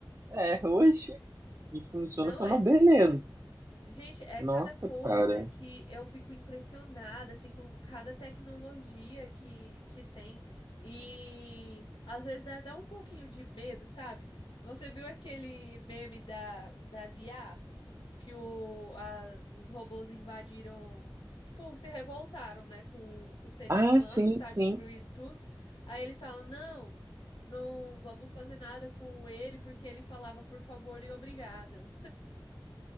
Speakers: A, on the right (about 35°); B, on the left (about 75°).
A: É, hoje. E funciona
B: Não
A: que é
B: é.
A: uma beleza.
B: Gente, é
A: Nossa,
B: cada coisa
A: cara.
B: que eu fico impressionada, assim, com cada tecnologia que, que tem. E às vezes dá até um pouquinho de medo, sabe? Você viu aquele meme da, das IAs? Que o, a- os robôs invadiram, tipo, se revoltaram, né, com, com os seres
A: Ah,
B: humanos,
A: sim,
B: está
A: sim.
B: destruindo tudo. Aí eles falam, não, não vamos fazer nada com ele, porque ele falava por favor e obrigado.